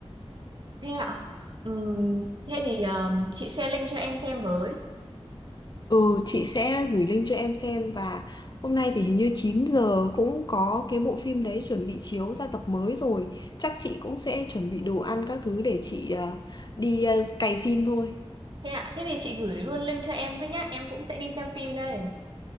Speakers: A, on the right; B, on the left.
A: Thế ạ? Ừm, thế thì ờm, chị share link cho em xem với.
B: Ừ, chị sẽ gửi link cho em xem và hôm nay thì hình như 9 giờ cũng có cái bộ phim đấy chuẩn bị chiếu ra tập mới rồi. Chắc chị cũng sẽ chuẩn bị đồ ăn các thứ để chị à, đi à, cày phim thôi.
A: Thế ạ? Thế thì chị gửi luôn link cho em với nhá. Em cũng sẽ đi xem phim đây.